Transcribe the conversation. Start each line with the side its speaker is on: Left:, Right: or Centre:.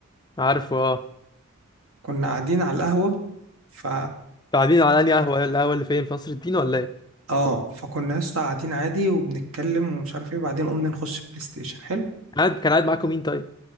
Left: عارفه اه
Right: كنا قاعدين على القهوة ف
Left: انتوا قاعدين على انهي قهوه إيه القهوه اللي فين في قصر الدين ولا ايه
Right: اه فكنا يا اسطى قاعدين عادي وبنتكلم ومش عارف ايه بعدين قمنا نخش بلاي ستيشن حلو
Left: قاعد كان قاعد معاكم مين طيب